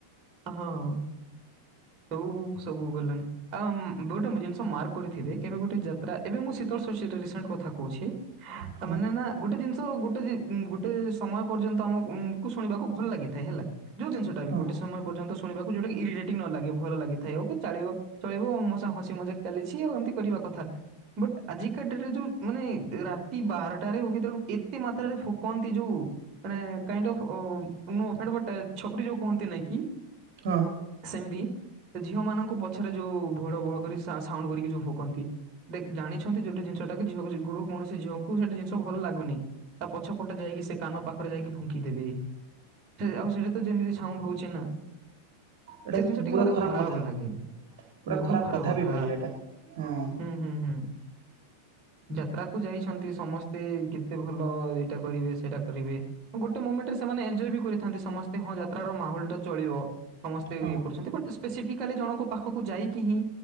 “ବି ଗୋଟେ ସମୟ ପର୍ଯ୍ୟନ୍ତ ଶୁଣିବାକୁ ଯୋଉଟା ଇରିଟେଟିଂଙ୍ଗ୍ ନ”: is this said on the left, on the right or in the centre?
Right